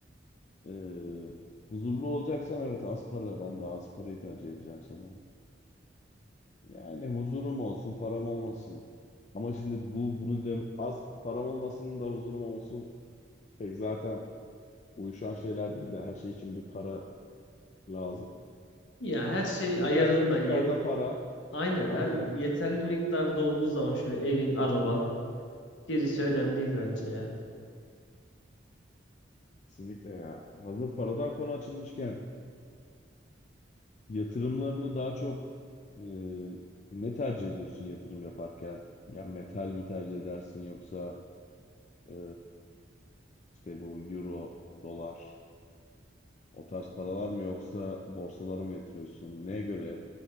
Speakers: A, on the left; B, on the left.
A: e, huzurlu olacaksan evet az para. Ben de az parayı tercih edeceğim sana. Yani huzurum olsun, param olmasın. Ama şimdi bu bunu dem az param olmasın da huzurum olsun. Pek zaten uyuşan şeyler değil de her şey için bir para lazım.
B: Ya her şey
A: Yeterli
B: ayarında
A: miktarda
B: yet
A: para.
B: aynen
A: Aynen.
B: her yeterli miktarda olduğu zaman şöyle evin, araban gerisi önemli değil bence ya.
A: Kesinlikle ya. Hazır paradan konu açılmışken yatırımlarını daha çok e, ne tercih ediyorsun yatırım yaparken? Ya metal mi tercih edersin yoksa e, işte bu euro, dolar o tarz paralar mı yoksa borsalara mı yatırıyorsun? Neye göre